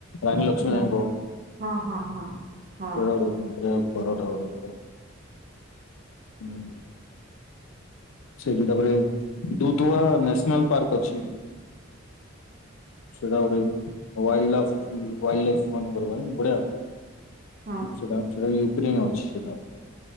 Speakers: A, on the left; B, on the right.
A: ରଣୀ ଲକ୍ଷ୍ମୀବାଇଙ୍କ
B: ଜାଣି ହଁ ହଁ ହଁ ହଁ।
A: ଘର <unintelligible> ହୁଁ ସେଠି ତାପରେ ଦୁଦୁଆ ନ୍ୟାସନାଲ ପାର୍କ ଅଛି। ସେଇଟା ଗୋଟେ ୱାଲ ଲାଫ ୱାଲ ଲାଇଫ ମାନଙ୍କର ମାନେ
B: ହଁ
A: ସେଟା ସେଟା ୟୁକ୍ରେନ ଅଛି ସେଟା